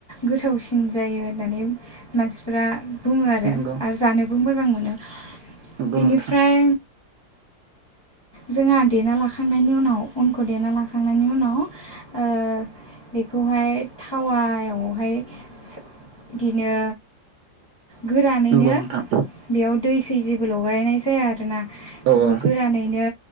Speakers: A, on the left; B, on the right.
A: गोथावसिन जायो होननानै मानसिफ्रा बुङो आरो
B: नंगौ
A: आरो जानोबो मोजां मोनो
B: नंगौ
A: बेनिफ्राय
B: नोंथां
A: जोंहा देना लाखांनायनि उनाव उनखौ देना लाखांनायनि उनाव ओ बेखौहाय थावायावहाय बिदिनो गोरानैनो
B: नंगौ नोंथां
A: बेयाव दै सै जेबो लगायनाय जाया आरोना
B: औ
A: बेखौ
B: औ
A: गोरानैनो